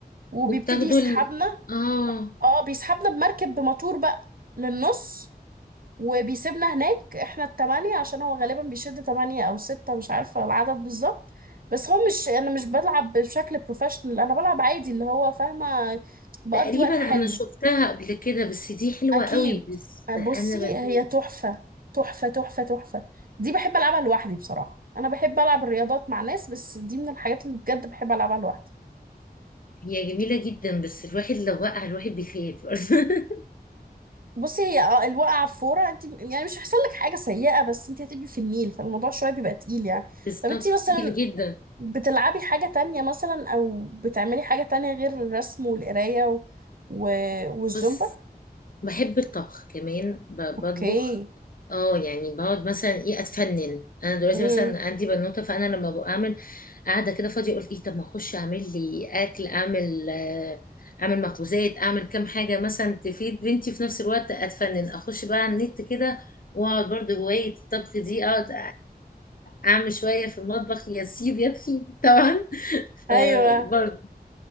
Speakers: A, on the right; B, on the left.
A: وبيبتدي
B: وبتاخدوا
A: يسحبنا
B: ال... اه
A: اه بيسحبنا بمركب بموتور بقى للنص وبيسيبنا هناك احنا التمانية عشان هو غالبا بيشد تمانية او ستة مش عارفة العدد بالظبط بس هو مش انا مش بلعب بشكل بروفيشنال انا بلعب عادي اللي هو فاهمة بقضي
B: تقريبا
A: وقت حلو
B: انا شفتها قبل كده بس دي حلوة
A: اكيد
B: قوي بس
A: آه، بصي
B: انا بخاف
A: هي تحفه تحفه تحفه تحفه دي بحب العبها لوحدي بصراحه انا بحب العب الرياضات مع ناس بس دي من الحاجات اللي بجد بحب العبها لوحدي
B: هي جميلة جدا بس الواحد لو وقع الواحد بيخاف <laughs>
A: بصي هي اه الوقعه في فوره انت يعني مش هيحصل لك حاجه سيئه بس انت هتبقي في النيل فالموضوع شويه بيبقى تقيل يعني
B: بالظبط
A: طب انت مثلا
B: تقيل جدا
A: بتلعبي حاجه تانية مثلا او بتعملي حاجه تانية غير الرسم والقرايه و... و... والزومبا
B: بس بحب الطبخ كمان ب-
A: اوكي
B: بطبخ اه يعني بقعد مثلا ايه اتفنن انا دلوقتي
A: امم
B: مثلا عندي بنوته فانا لما بعمل قاعده كده فاضيه اقول ايه طب ما اخش اعمل لي اكل اعمل آه، اعمل مخبوزات اعمل كام حاجه مثلا تفيد بنتي في نفس الوقت اتفنن اخش بقى على النت كده واقعد برضه هوايه الطبخ دي اقعد اعمل شويه في المطبخ يا سيب يا تخيب طبعا <laughs>
A: ايوه
B: فبرضه